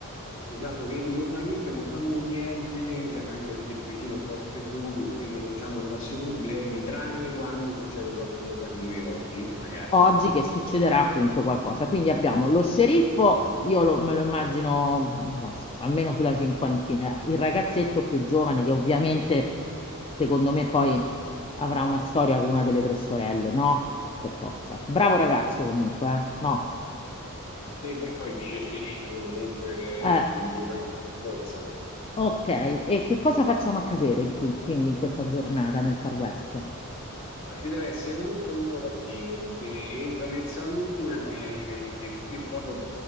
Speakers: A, on the left; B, on the left.
A: Esatto, che normalmente non fanno niente, anche perché il paesino è un po' sperduto e quindi non hanno grossi problemi, tranne quando succede qualcosa come oggi, magari.
B: oggi che succederà appunto qualcosa. Quindi abbiamo lo sceriffo, io lo- me lo immagino non so, almeno sulla cinquantina, il ragazzetto più giovane che ovviamente secondo me poi avrà una storia con una delle tre sorelle, no? Per forza. Bravo ragazzo comunque, eh? No.
A: Sì, beh, poi dice sceriffo, comunque
B: Eh,
A: è una ragazza scorsa. eh.
B: ok, e che cosa facciamo accadere in qui- quindi in questa giornata nel Far West?
A: No, Ci deve essere comunque uno cattivo che entra nel saloon e, e proprio